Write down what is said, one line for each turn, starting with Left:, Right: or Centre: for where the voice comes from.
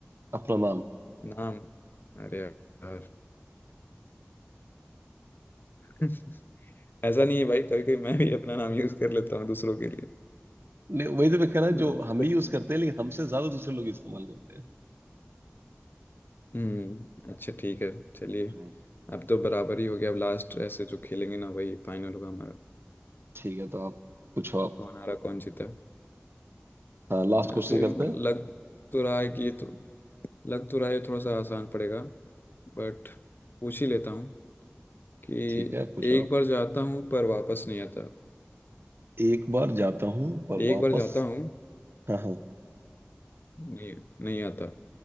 Right: अपना नाम <laughs>
Left: नाम अरे यार <laughs> ऐसा नहीं है भाई कभी कभी मैं भी अपना नाम यूज कर लेता हूँ दूसरों के लिए
Right: नहीं वही तो मैं कह रहा
Left: हाँ,
Right: जो हम भी यूज करते हैं लेकिन हमसे ज्यादा दूसरे लोग इस्तेमाल करते हैं
Left: हम्म अच्छा ठीक है चलिए
Right: हाँ
Left: अब तो बराबर ही हो गया अब लास्ट ऐसे जो खेलेंगे ना वही फाइनल होगा हमारा
Right: ठीक है तो आप पूछो आप
Left: कौन हारा कौन जीता
Right: हाँ लास्ट क्वेश्चन
Left: ऐसे
Right: करते हैं
Left: लग तो रहा है कि ये तो लग तो रहा है थोड़ा सा आसान पड़ेगा बट पूछ ही लेता हूँ कि
Right: ठीक है पूछो
Left: एक
Right: आप
Left: बार जाता हूँ पर वापस नहीं आता
Right: एक बार जाता हूँ पर
Left: एक
Right: वापस
Left: बार जाता हूँ
Right: हाँ हाँ
Left: नहीं नहीं आता